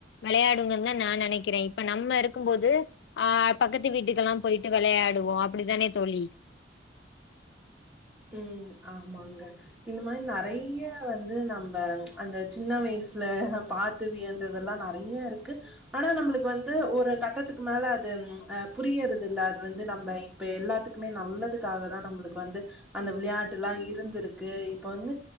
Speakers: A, on the left; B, in the centre.
A: வெளையாடுங்கன்னுதா நா நெனைக்கிறே. இப்ப நம்ம இருக்கும் போது ஆ பக்கத்து வீட்டுக்கெல்லா போயிட்டு வெளையாடுவோ அப்பிடிதானே தோழி?
B: ம் ஆமாங்க. இந்த மாரி நெறைய வந்து நம்ப அந்த சின்ன வயசுல பாத்து வியந்ததல்லா நெறைய இருக்கு. ஆனா நம்மளுக்கு வந்து ஒரு கட்டத்துக்கு மேல அது ஆ புரியிறது இல்ல அது வந்து நம்ம இப்ப எல்லாத்துக்குமே நல்லதுக்காக தான் நம்மளுக்கு வந்து அந்த வெளையாட்டுல்லாம் இருந்திருக்கு இப்ப வந்து